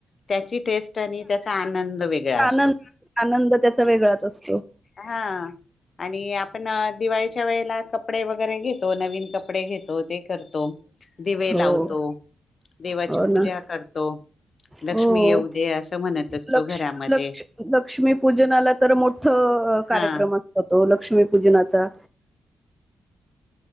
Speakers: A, on the left (about 40°); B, in the centre.
A: त्याची टेस्ट आणि त्याचा आनंद वेगळा असतो
B: आनंद आनंद त्याचा वेगळाच अस
A: हा आणि आपण दिवाळीच्या वेळेला कपडे वगैरे घेतो नवीन कपडे घेतो ते करतो दिवे
B: हो,
A: लावतो देवाची
B: हो
A: पूजा
B: ना.
A: करतो लक्ष्मी
B: हो.
A: येऊ दे असं म्हणत असतो
B: लक्ष
A: घरामध्ये
B: लक्ष लक्ष्मीपूजनाला तर मोठं कार्यक्रम
A: हा
B: असतात तो लक्ष्मीपूजनाचा